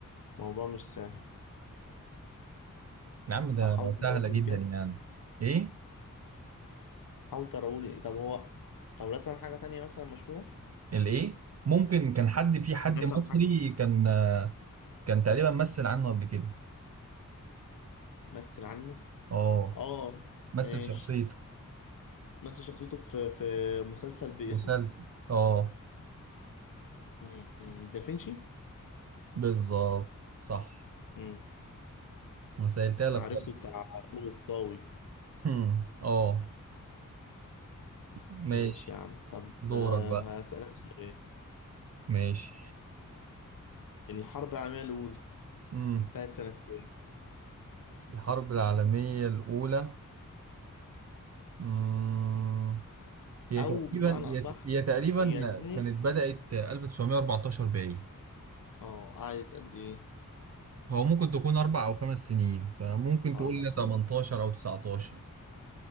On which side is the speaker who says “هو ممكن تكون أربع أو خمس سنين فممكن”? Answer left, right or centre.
Right